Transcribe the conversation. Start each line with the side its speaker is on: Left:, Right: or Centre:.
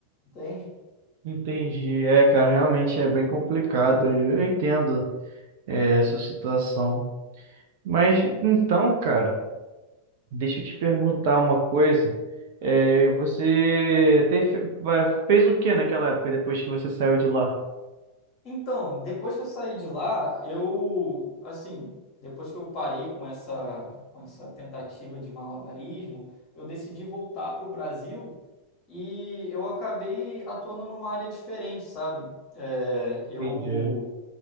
Left: entende?
Right: Entendi. É, cara, realmente é bem complicado. Eu eu entendo. é, essa situação. Mas então, cara, deixa eu te perguntar uma coisa. É, você tem, fe- vai- fez o que naquela época depois que você saiu de lá?
Left: Então, depois que eu saí de lá, eu, assim, depois que eu parei com essa, com essa tentativa de malabarismo, eu decidi voltar para o Brasil e eu acabei atuando numa área diferente, sabe? É, eu
Right: Entendi.